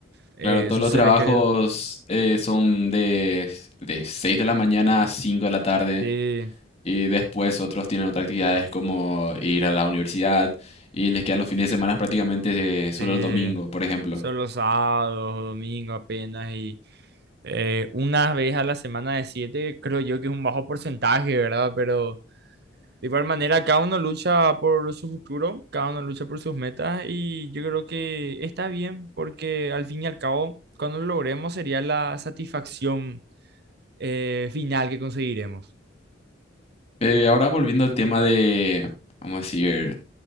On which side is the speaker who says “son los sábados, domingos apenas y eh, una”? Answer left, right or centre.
Right